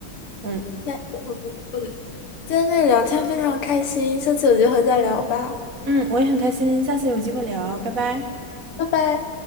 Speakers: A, on the right; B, on the left.
A: 嗯
B: <laughs> 今天跟你聊天非常开心，下次有机会再聊吧，
A: 嗯，我也很开心，下次有机会聊，拜拜。
B: 拜拜。